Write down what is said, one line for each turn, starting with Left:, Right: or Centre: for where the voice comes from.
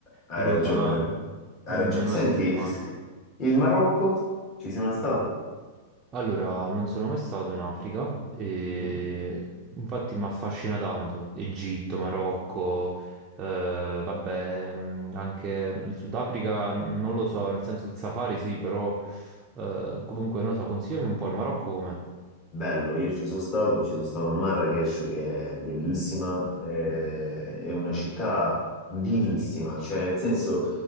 Left: hai
Right: mi devo
Left: ragione,
Right: fare una-
Left: hai
Right: in
Left: ragione. Senti,
Right: una settimana.
Left: il Marocco, ci sei mai stato?
Right: Allora, non sono mai stato in Africa e
Left: Mm.
Right: infatti mi affascina tanto Egitto, Marocco, eh, vabbè, mh, anche il Sudafrica non lo so, nel senso il safari sì, però eh, comunque non lo so, consigliami un po' il Marocco com'è?
Left: Bello, io ci sono stato, ci sono stato a Marrakech che è bellissima, eh, è una città vivissima, cioè nel senso